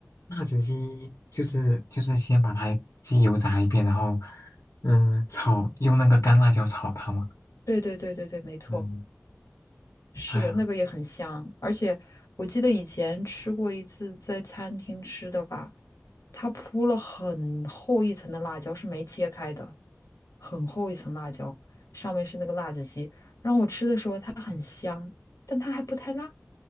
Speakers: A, on the left (about 70°); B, on the left (about 85°).
A: 辣子鸡就是就是先把它鸡油炸一遍，然后嗯炒用那个干辣椒炒它嘛。
B: 对对对对对，没错，
A: 嗯，
B: 是的，
A: 哎呀，
B: 那个也很香，而且我记得以前吃过一次在餐厅吃的吧，它铺了很厚一层的辣椒，是没切开的，很厚一层辣椒，上面是那个辣子鸡，然后我吃的时候它很香，但它还不太辣。